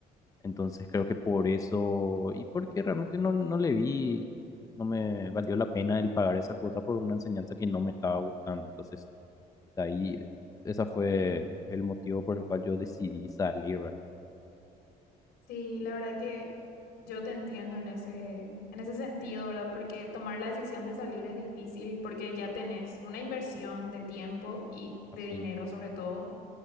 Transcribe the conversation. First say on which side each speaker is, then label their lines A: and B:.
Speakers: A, on the left; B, on the left.
A: Entonces creo que por eso y porque realmente no, no le vi, no me valió la pena el pagar esa cuota por una enseñanza que no me estaba gustando. Entonces, de ahí, ese fue el motivo por el cual yo decidí salir, ¿verdad?
B: Sí, la verdad que yo te entiendo en ese, en ese sentido, ¿verdad? Porque tomar la decisión de salir es difícil porque ya tenés una inversión de tiempo y de
A: Así
B: dinero
A: mismo.
B: sobre todo.